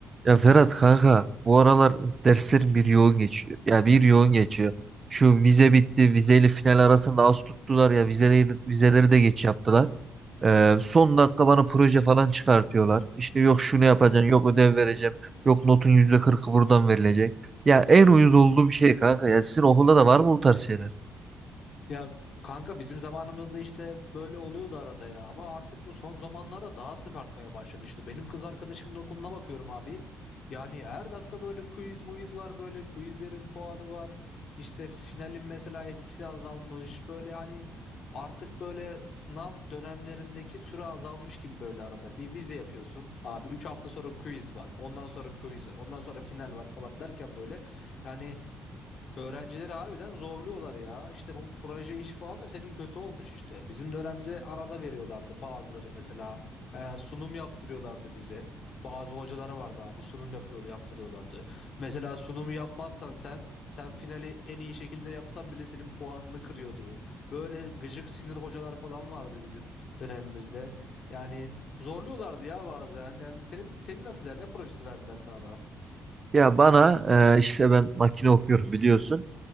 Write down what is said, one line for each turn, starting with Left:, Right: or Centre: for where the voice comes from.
Right: Ya Ferhat kanka bu aralar derslerim bir yoğun geçiyor. Ya bir yoğun geçiyor. Şu vize bitti. Vizeyle final arasında az tuttular ya. Vizeleri, vizeleri de geç yaptılar. Ee, son dakika bana proje falan çıkartıyorlar. İşte yok şunu yapacaksın, yok ödev vereceğim, yok notun yüzde kırkı buradan verilecek. Ya en uyuz olduğum şey kanka. Ya sizin okulda da var mı bu tarz şeyler?
Left: Ya kanka bizim zamanımızda işte böyle oluyordu arada ya ama artık bu son zamanlarda daha sık artmaya başladı işte. Benim kız arkadaşımın okuluna bakıyorum abi. Yani her dakika böyle quiz muiz var böyle quizlerin puanı var. İşte finalin mesela etkisi azalmış. Böyle hani artık böyle sınav dönemlerindeki süre azalmış gibi böyle arada. Bir vize yapıyorsun abi 3 hafta sonra quiz var. Ondan sonra quiz var. Ondan sonra final var falan derken böyle yani Öğrencileri harbiden zorluyorlar ya. İşte bu proje işi falan da senin kötü olmuş işte. Bizim dönemde arada veriyorlardı bazıları mesela. Ee, sunum yaptırıyorlardı bize. Bazı hocaları vardı abi sunum yapıyordu yaptırıyorlardı. Mesela sunumu yapmazsan sen sen finali en iyi şekilde yapsan bile senin puanını kırıyordu. Böyle gıcık sinir hocalar falan vardı bizim dönemimizde. Yani zorluyorlardı ya bazen. Yani senin senin nasıl yani ne projesi verdiler sana da?
Right: Ya bana e, işte ben makine okuyorum biliyorsun.